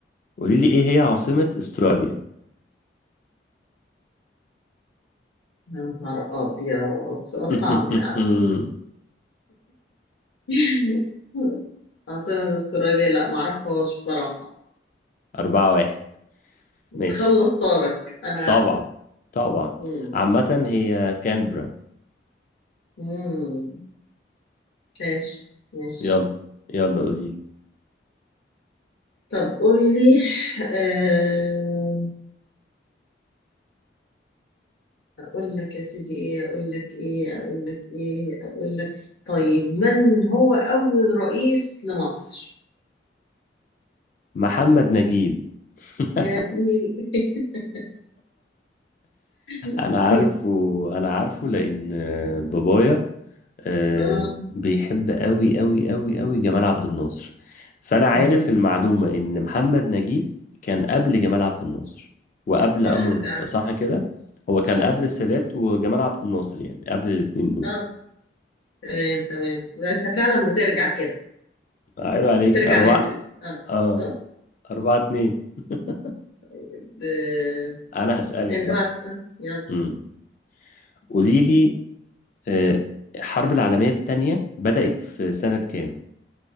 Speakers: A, on the left; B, on the left.
A: قولي لي ايه هي عاصمه استراليا
B: يا نهار أبيض سؤال
A: <laughs>
B: صعب فعلا <laughs> عاصمة استراليا لا معرفهاش بصراحة
A: اربعه واحد
B: بتخلص
A: ماشي
B: طارق أنا
A: طبعا
B: عارفة
A: طبعا
B: مم.
A: عامة هي كانبرا
B: مم. ماشي ماشي
A: يلا يلا قولي
B: طب قول لي آه، اقول لك يا سيدي ايه اقول لك ايه اقول لك ايه اقول لك طيب من هو اول رئيس لمصر
A: محمد نجيب <laughs>
B: يا ابني ال- <laughs>
A: انا عارفه انا عارفه لان بابايا آه،
B: اه
A: بيحب قوي قوي قوي قوي جمال عبد الناصر فانا عارف
B: امم
A: المعلومة ان محمد نجيب كان قبل جمال عبد الناصر وقبل
B: صح
A: انور
B: فعلا
A: صح كده هو كان
B: اه
A: قبل
B: صح
A: السادات وجمال عبد الناصر يعني قبل الاتنين دول
B: اه تمام تمام ده انت فعلا بترجع كده
A: عيب عليك
B: بترجع
A: أربعة
B: لن اه
A: اه
B: صح
A: أربعة اتنين <laughs>
B: طيب آه،
A: أنا هسألك
B: انت
A: بقى
B: بقى تسأل يلا
A: امم قولي لي آه، الحرب العالمية التانية بدأت في سنة كام؟